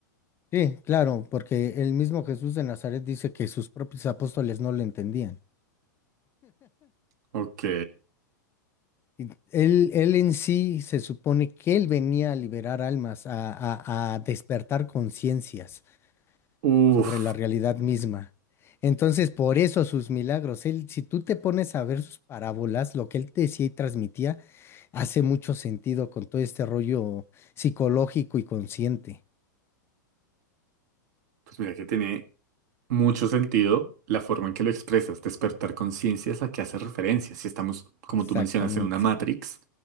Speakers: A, on the left; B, on the right.
A: Sí, claro, porque el mismo Jesús de Nazaret dice que sus propios apóstoles no lo entendían.
B: Ok.
A: Y Él, él en sí se supone que él venía a liberar almas, a, a a despertar conciencias.
B: Uf.
A: sobre la realidad misma. Entonces, por eso sus milagros, él, si tú te pones a ver sus parábolas, lo que él decía y transmitía, hace mucho sentido con todo este rollo psicológico y consciente.
B: Pues mira que tiene mucho sentido la forma en que lo expresas. Despertar conciencia es a que hace referencia. Si estamos, como
A: Exactamente.
B: tú mencionas, en una Matrix,